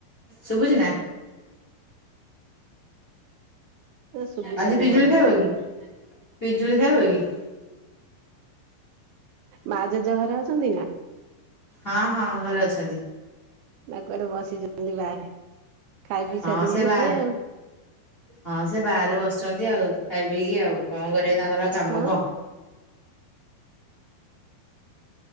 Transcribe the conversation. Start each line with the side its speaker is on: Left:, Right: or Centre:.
Left: ଶୁଭୁଛି ନା।
Right: ଏ ଶୁଭିଲାନି
Left: ଆଜି ପିଜୁଳି
Right: ଭଲ
Left: ଖାଇବ କି ପିଜୁଳି ଖାଇବ କି।
Right: ମା ଜେଜେ ଘରେ ଅଛନ୍ତି ନା।
Left: ହଁ ହଁ ଘରେ ଅଛନ୍ତି।
Right: ନା କୁଆଡେ ବସିଛନ୍ତି ବାହାରେ ଖାଇ ପି
Left: ହଁ
Right: ସାରିବେନି
Left: ସେ ବାହାରେ
Right: ସିଏ ଆଉ।
Left: ହଁ ସେ ବାହାରେ ବସିଛନ୍ତି ଆଉ ଖାଇ ପିଇକି ଆଉ କଣ କରିବେ ତାଙ୍କର ଆଉ କାମ
Right: ହଁ ହୁଁ
Left: କଣ।